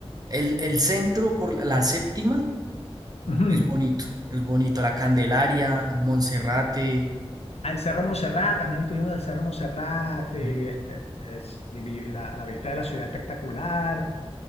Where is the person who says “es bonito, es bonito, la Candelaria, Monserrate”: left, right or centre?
Right